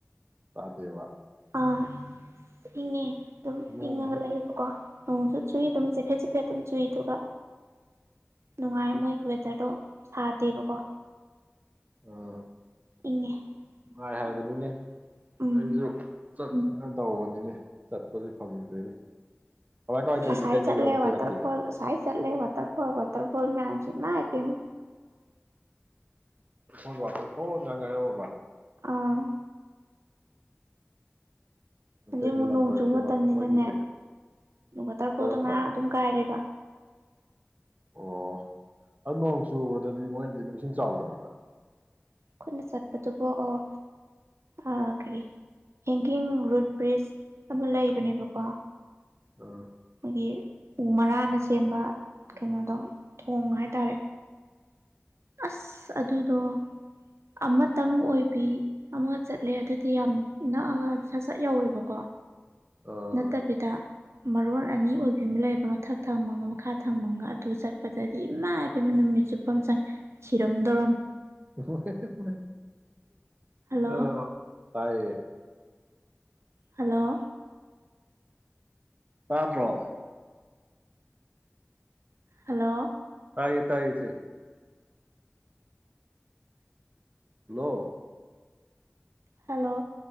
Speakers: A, on the right; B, on the right.
A: ꯁꯗꯦꯕ
B: ꯑꯥ ꯏꯪꯉꯦ ꯑꯗꯨꯝ
A: ꯅꯣꯡꯗꯤ
B: ꯏꯪꯉꯒ ꯂꯩꯌꯦꯕꯀꯣ ꯅꯣꯡꯁꯨ ꯆꯨꯏ ꯑꯗꯨꯝ ꯆꯤꯐꯦꯠ ꯆꯤꯐꯦꯠ ꯑꯗꯨꯝ ꯆꯨꯏ ꯑꯗꯨꯒ ꯅꯨꯡꯉꯥꯏ ꯃꯣꯏꯒꯤ ꯋꯦꯗꯔꯗꯣ ꯁꯥꯗꯦꯕꯀꯣ
A: ꯎꯝ
B: ꯏꯪꯉꯦ
A: ꯅꯨꯡꯥꯏ ꯍꯥꯏꯕꯅꯤꯅꯦ
B: ꯅꯨꯡꯉꯥꯏ ꯎꯝ
A: ꯑꯩꯁꯨ ꯆꯠꯁꯤꯅ ꯇꯧꯕꯅꯤꯅꯦ ꯆꯠꯄꯗꯤ ꯐꯪꯗ꯭ꯔꯦꯅꯦ ꯀꯃꯥꯏ ꯀꯃꯥꯏ ꯇꯧꯒꯦ
B: ꯑꯁꯥꯏ
A: ꯀꯩꯀꯩ
B: ꯆꯠꯂꯦ
A: ꯂꯝ ꯀꯣꯏꯔꯛꯀꯦ
B: ꯋꯥꯇꯔꯐꯣꯜ ꯑꯁꯥꯏ ꯆꯠꯂꯦ ꯋꯥꯇꯔꯐꯣꯜ ꯋꯥꯇꯔꯐꯣꯜ ꯃꯌꯥꯝꯁꯤ ꯏꯃꯥꯏ ꯄꯦꯝꯃ
A: ꯋꯥꯇꯔ ꯐꯣꯜꯒꯤ ꯋꯥꯇꯔ ꯐꯣꯜ ꯉꯛ ꯉꯥꯏꯍꯧꯔꯕ
B: ꯑꯥ ꯍꯧꯖꯤꯛ
A: ꯀꯩꯀꯩ
B: ꯑꯃꯨꯛ
A: ꯂꯝ
B: ꯅꯣꯡ
A: ꯀꯣꯏꯔꯛꯀꯦꯕ
B: ꯆꯨꯕ ꯃꯇꯝꯅꯤꯅꯅꯦ
A: ꯃꯣꯏꯒꯤ ꯀꯩ
B: ꯋꯥꯇꯔꯐꯣꯜꯗ
A: ꯀꯣꯏꯔꯛꯇ꯭ꯔꯣ
B: ꯃꯔꯥꯡ ꯑꯗꯨꯝ ꯀꯥꯏꯔꯦꯕ
A: ꯑꯣ ꯑꯗꯨ ꯅꯣꯡ ꯆꯨꯕꯗꯗꯤ ꯃꯣꯏ ꯑꯗꯨꯝ ꯏꯁꯤꯡ ꯆꯥꯎꯗꯕ꯭ꯔꯥ
B: ꯑꯩꯈꯣꯏꯅ ꯆꯠꯄꯗꯨꯕꯨ ꯑꯣ ꯑ ꯀꯔꯤ ꯍꯦꯡꯒꯤꯡ ꯔꯨꯠ ꯕ꯭ꯔꯤꯖ ꯑꯃ ꯂꯩꯕꯅꯦꯕꯀꯣ
A: ꯎꯝ
B: ꯒꯤ ꯎ ꯃꯔꯥꯅ ꯁꯦꯝꯕ ꯀꯩꯅꯣꯗꯣ ꯊꯣꯡ ꯍꯥꯏꯇꯥꯔꯦ ꯑꯁ ꯑꯗꯨꯗꯣ ꯑꯃꯇꯪ ꯑꯣꯏꯕ ꯕꯤ ꯑꯃ ꯆꯠꯂꯦ ꯑꯗꯨꯗꯤ ꯌꯥꯝ ꯅꯛꯑꯒ ꯆꯠ ꯌꯥꯎꯋꯦꯕꯀꯣ
A: ꯑꯥ
B: ꯅꯠꯇꯕꯤꯗ
A: ꯑꯥ
B: ꯃꯔꯣꯟ ꯑꯅꯤ ꯑꯣꯏꯕꯤ ꯑꯃ ꯂꯩꯌꯦꯕ ꯃꯊꯛ ꯊꯪꯕꯒ ꯃꯈꯥ ꯊꯡꯕꯃꯒ ꯑꯗꯨ ꯆꯠꯄꯗꯗꯤ ꯏꯃꯥꯏ ꯄꯦꯝꯃ ꯅꯨꯃꯤꯠ ꯆꯨꯞꯄꯃ ꯆꯪꯉꯦ ꯁꯤꯔꯝꯗꯧꯔꯝꯃꯤ
A: ꯍꯍꯍꯍ
B: ꯍꯜꯂꯣ
A: ꯑ ꯇꯥꯏ ꯑꯦ
B: ꯍꯂꯣ
A: ꯇꯥꯗꯔꯣ
B: ꯍꯜꯂꯣ!
A: ꯇꯥꯏꯌꯦ - ꯇꯥꯏꯌꯦ ꯏꯆꯦ꯫ ꯍꯥꯂꯣ!
B: ꯍꯜꯂꯣ!